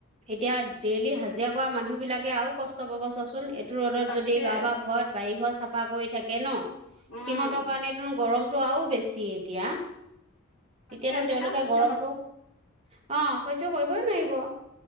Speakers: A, on the right (about 30°); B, on the left (about 70°).
A: এতিয়া ডেইলি হাজিৰা কৰা মানুহ বিলাকে আৰু কষ্ট পাব চোৱাচোন ৰ'দত
B: তাকে
A: যদি কাৰোবা ঘৰত বাৰী ঘৰ চাফা কৰি থাকে ন
B: উম।
A: সিহঁতৰ কাৰণে গৰম খোৱাও বেছি এতিয়া
B: তাকেই
A: তেতিয়াতো
B: চেকান্ত
A: তেওঁলোকে
B: বিয়ানক
A: গৰমটো অ সহ্য কৰিবই নোৱাৰিব।